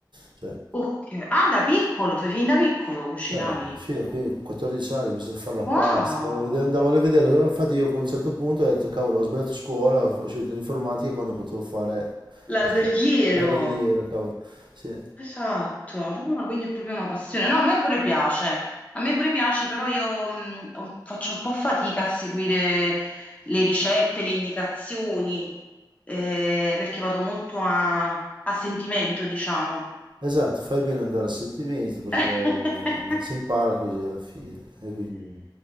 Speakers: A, on the right; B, on the left.
A: cioè
B: Ok. Ah, da piccolo, fin da piccolo cucinavi.
A: eh, figa, qui 14 anni, ho iniziato a fare la pasta,
B: Wow!
A: poi la vede- andavo a vedere, eh, infatti io a un certo punto ho detto, cavolo, ho sbagliato scuola, ho ho scelto l'informatica quando potevo fare
B: L'alberghiero,
A: lo sci- alberghiero, cavolo. Sì,
B: esatto, Ah, quindi è proprio una passione. No, a me pure piace, a me pure piace, però io mh, ho- faccio un po' fatica a seguire le ricette, le indicazioni, eh, perché vado molto a, a sentimento, diciamo.
A: esatto, fai bene ad andare a sentimento perché
B: <laughs>
A: eh, si impara così alla fine, e quindi,